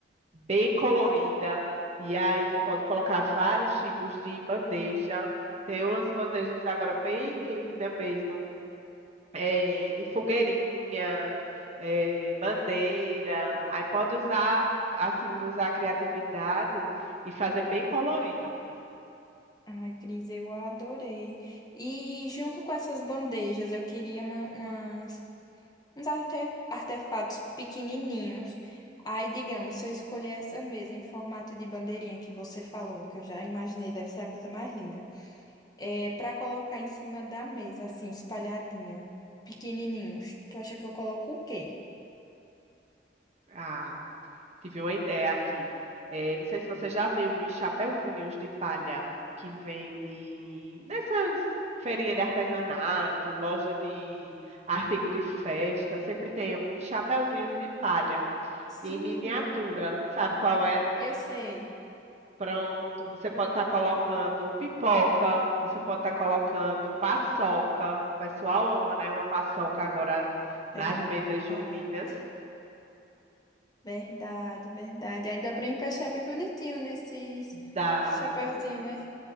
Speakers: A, on the right; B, on the left.
A: bem colorida, e aí pode colocar vários tipos de bandeja. Tem umas bandejas agora bem lindas mesmo. eh, de fogueirinha, eh, bandeira. Aí pode usar, assim, usar a criatividade e fazer bem colorido.
B: Ai, Cris, eu adorei. E junto com essas bandejas, eu queria uma- umas, uns arte- artefatos pequenininhos. Aí, digamos, se eu escolher essa mesa em formato de bandeirinha que você falou, que eu já imaginei, deve ser a coisa mais linda. é, para colocar em cima da mesa, assim, espalhadinho, pequenininhos. Tu acha que eu coloco o quê?
A: Ah, tive uma ideia aqui. Eh, não sei se você já viu uns chapeuzinhos de palha que vende nessas feirinhas de artesanato, loja de artigo de festa. Sempre tem uns chapeuzinhos de palha
B: Sim,
A: em miniatura. Sabe qual é?
B: eu sei.
A: Pronto, você pode estar colocando pipoca, você pode estar colocando paçoca. O pessoal ama, né? Uma paçoca agora nas
B: Verdade,
A: mesas juninas.
B: verdade, verdade. Aí dá pra encaixar bem bonitinho nesses
A: Dá,
B: chapéuzinho,
A: sim.
B: né?